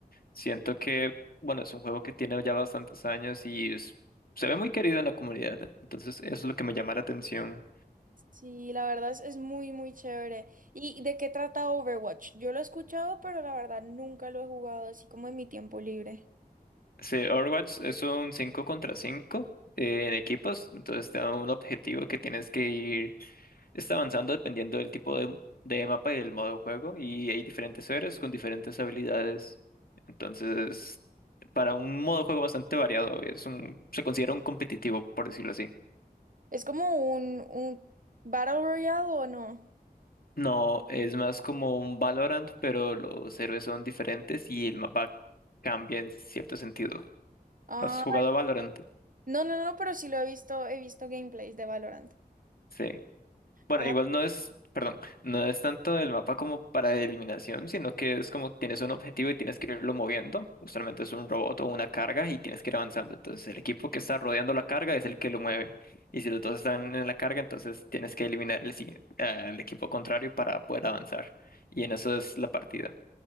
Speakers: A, on the left (about 65°); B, on the right (about 55°).
A: Siento que, bueno, es un juego que tiene ya bastantes años y es- se ve muy querido en la comunidad. Entonces, eso es lo que me llama la atención.
B: Sí, la verdad es, es muy, muy chévere. ¿Y de qué trata Overwatch? Yo lo he escuchado, pero la verdad nunca lo he jugado así como en mi tiempo libre.
A: Sí, Overwatch es un 5 contra cinco eh, en equipos, entonces te da un objetivo que tienes que ir Está avanzando dependiendo del tipo de, de mapa y del modo de juego, y hay diferentes héroes con diferentes habilidades. Entonces, para un modo de juego bastante variado, es un, se considera un competitivo, por decirlo así.
B: Es como un, un Battle Royale o no.
A: No, es más como un Valorant, pero los héroes son diferentes y el mapa cambia en cierto sentido.
B: Ah,
A: ¿Has jugado a Valorant?
B: no, no, no, pero sí lo he visto, he visto gameplays de Valorant.
A: Sí. Bueno,
B: Ay,
A: igual no es, perdón, no es tanto el mapa como para eliminación, sino que es como tienes un objetivo y tienes que irlo moviendo. Usualmente es un robot o una carga y tienes que ir avanzando. Entonces el equipo que está rodeando la carga es el que lo mueve. Y si los dos están en la carga, entonces tienes que eliminar el, sigui- al equipo contrario para poder avanzar. Y en eso es la partida.